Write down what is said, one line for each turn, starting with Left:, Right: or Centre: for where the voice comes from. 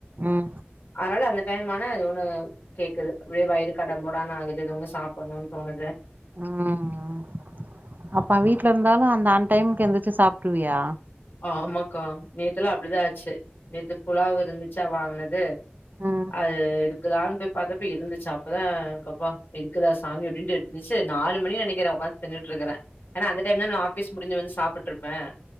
Right: ம்
Left: அதனால அந்த டைம் ஆனது ஒண்ணு கேக்குது அப்படியே வயிறு கடம்போடான்னு ஆகுது இது ஒன்னும் சாப்பிடணும்னு தோணுது
Right: உம் அப்ப வீட்ல இருந்தாலும் அந்த அன் டைமுக்கு எந்திரிச்சு சாப்பிடுருவியா
Left: ஆ ஆமாக்கா நேத்தெல்லாம் அப்படிதான் ஆச்சு நேத்து புலாவ் இருந்துச்சா வாங்கினது
Right: ம்
Left: அது இருக்குதான்னு போய் பார்த்தப்ப இருந்துச்சா அப்பதான் கப்பா இருக்குதா சாமி அப்படின்னுட்டு இருந்துச்சு நாலு மணி நினைக்கிறேன் உ்காந்து தின்னுட்டு இருக்கறேன் ஏனா அந்த டைம் தான் நான் ஆபீஸ் முடிஞ்ச வந்து சாப்பிட்டுருப்பேன்